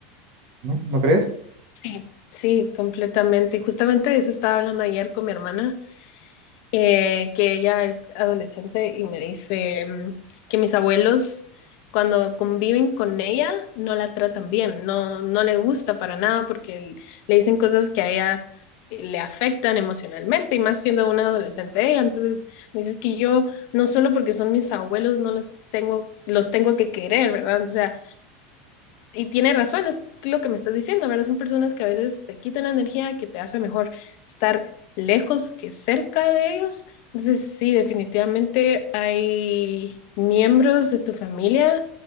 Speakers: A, on the right (about 55°); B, on the left (about 50°).
A: ¿no? ¿No crees?
B: Sí, sí, completamente. Justamente de eso estaba hablando ayer con mi hermana, eh, que ella es adolescente y me dice mm, que mis abuelos cuando conviven con ella no la tratan bien, no, no le gusta para nada porque l- le dicen cosas que a ella eh, le afectan emocionalmente y más siendo una adolescente ella. Entonces me dice "Es que yo no solo porque son mis abuelos no los tengo, los tengo que querer, ¿verdad? O sea, y tiene razón, es lo que me estás diciendo, ¿verdad? Son personas que a veces te quitan la energía, que te hace mejor estar lejos que cerca de ellos. Entonces, sí, definitivamente hay miembros de tu familia